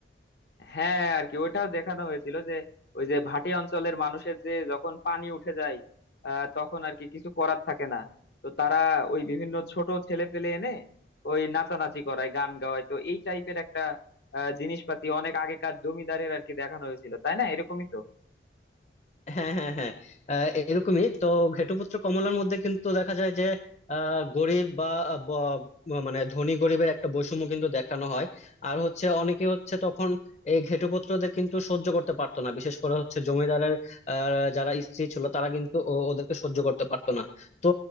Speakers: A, on the left (about 60°); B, on the left (about 35°).
A: হ্যাঁ আর কি ওইটাও দেখানো হয়েছিল যে ওই যে ভাটি অঞ্চলের মানুষের যে যখন পানি উঠে যায় আহ, তখন আর কি কিছু করার থাকে না তো তারা ওই বিভিন্ন ছোট ছেলে পেলে এনে ওই নাচানাচি করায় গান গাওয়ায় তো এই টাইপের একটা আহ, জিনিসপাতি অনেক আগেকার জমিদারের আর কি দেখানো হয়েছিল তাই না এরকমই তো
B: হ্যাঁ হ্যাঁ হ্যাঁ আহ, এরকমই তো ঘেটুপুত্র কমলার মধ্যে কিন্তু দেখা যায় যে আহ, গরিব বা আহ, ব- মানে ধনী গরিবের একটা বৈষম্য কিন্তু দেখানো হয় আর হচ্ছে অনেকে হচ্ছে তখন এই ঘেটুপুত্রদের কিন্তু সহ্য করতে পারতো না বিশেষ করে হচ্ছে জমিদারের আহ, যারা স্ত্রী ছিল তারা কিন্তু ও- ওদেরকে সহ্য করতে পারতো না তো